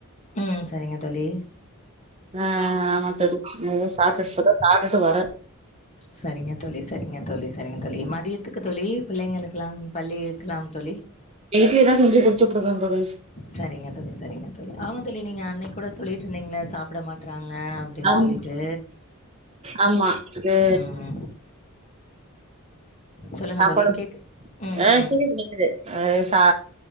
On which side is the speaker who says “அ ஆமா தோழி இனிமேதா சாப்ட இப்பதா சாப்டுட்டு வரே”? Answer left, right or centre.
Right